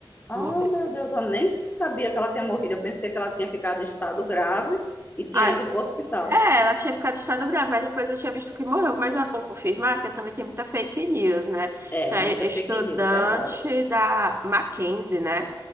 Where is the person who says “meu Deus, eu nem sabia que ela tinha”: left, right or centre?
Left